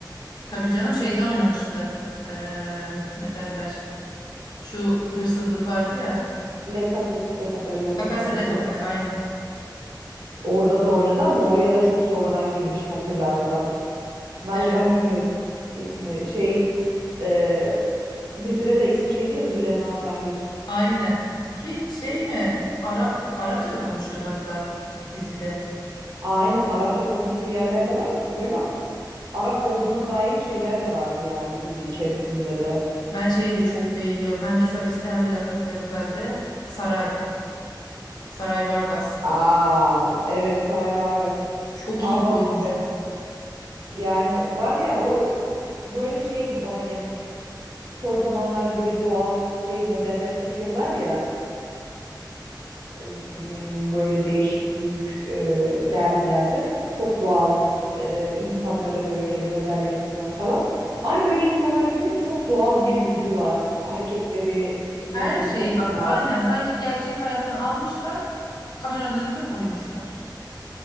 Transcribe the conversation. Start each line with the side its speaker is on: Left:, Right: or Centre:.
Left: Tabii canım şeyde oynamıştı. Eee, ne derler? Şu hırsızlık vardı ya.
Right: La Casa de Papel, La Casa
Left: La Casa
Right: de Papel.
Left: de Papel aynen.
Right: Orada da oynadı ama oraya da çok sonradan girmişti hatırlarsan. Najwa
Left: Evet,
Right: Nimri ismi şey e, dizide de ismi şeydi ya Züleyma Zahir.
Left: aynen. Ki şey mi? Arap Arapça da konuşuyordu hatta dizide.
Right: Aynen Arapça konuştuğu yerlerde var. Böyle Arap olduğuna dair şeyler de vardı yani dizi içerisinde de.
Left: Ben şeyi de çok beğeniyorum. Hem Vis a Vis'te hem de La Casa de Papel'de Saray. Saray Vargas.
Right: Aa evet Saray Vargas,
Left: Çok
Right: Alba
Left: iyi bir oyuncu.
Right: Flores. Yani var ya o böyle şey gibi hani son zamanlarda böyle doğal şey modeller seçiyorlar ya ım, böyle değişik büyük e, dergilerde çok doğal e, insanlara böyle model yapıyorlar falan. Aynı öyle insanlar gibi değil mi? Çok doğal bir yüzü var. Hareketleri, tiplemesi
Left: Her şeyi
Right: çok
Left: bak
Right: doğal.
Left: aynen sanki gerçek hayattan almışlar kameranın önüne koymuşlar.